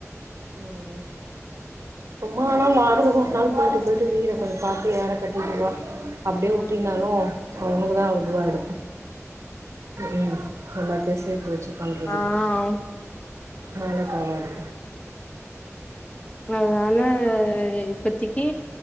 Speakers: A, on the right (about 65°); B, on the left (about 25°).
A: ம் ம் சும்மா ஆனா வாரத்து ஒரு நாள் போயிட்டு போயிட்டு வீட கொஞ்சம் பாத்து ஏற கட்டிட்டு வா அப்டியே
B: ஆ
A: உட்டினாலும் அது உனக்கு தான் இதுவாயிடும் உ ம் எல்லாத்தயும் சேத்து வச்சு பண்றதுக்கு
B: ஆ ஆ
A: வேலைக்காவாது
B: அதனால இப்பத்திக்கு